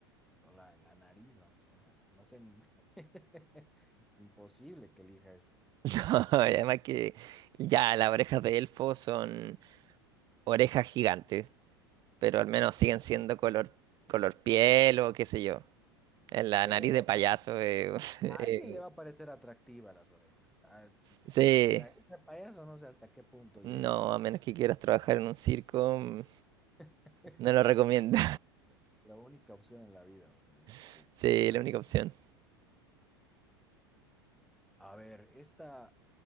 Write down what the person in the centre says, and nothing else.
o La, la nariz, no sé, hermano. No sé ni. <laughs> Imposible que elija ese.
Sí,
o
sea,
a alguien le va a parecer atractiva las orejas. Ah, tu,
tu, tu nariz de payaso, no sé hasta qué punto llega.
<laughs>
La única opción en la vida va a ser eso.
tú-
Ay,
no. A ver, esta,